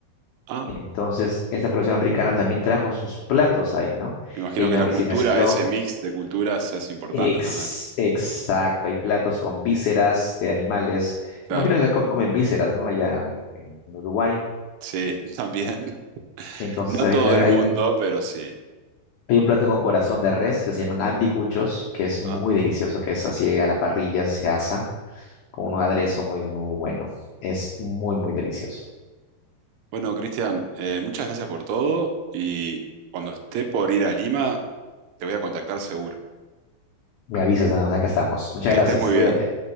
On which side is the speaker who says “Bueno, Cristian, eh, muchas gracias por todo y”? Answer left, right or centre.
Right